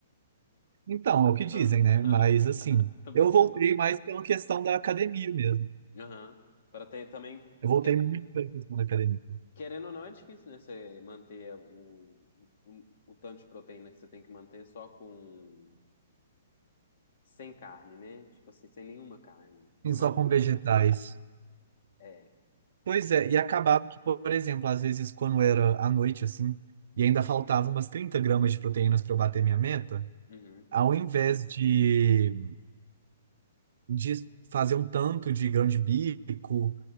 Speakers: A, on the right; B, on the left.
A: Então, é o
B: <laughs>
A: que dizem, né? Mas assim,
B: Tô brincando,
A: eu voltei
B: não sei.
A: mais pela questão da academia mesmo.
B: Aham. Para ter também.
A: Eu
B: é
A: voltei
B: Porque,
A: muito pela questão da academia.
B: querendo ou não, é difícil, né? Você manter o, o, o tanto de proteína que você tem que manter só com. Sem carne, né? Tipo assim, sem nenhuma carne. Eu
A: Sim, só
B: imagino
A: com vegetais.
B: que é muito difícil. É.
A: Pois é, e acabava que, por exemplo, às vezes quando era à noite, assim, e ainda faltava umas 30 gramas de proteínas para eu bater minha meta,
B: Uhum.
A: ao invés de, de fazer um tanto de grão de bico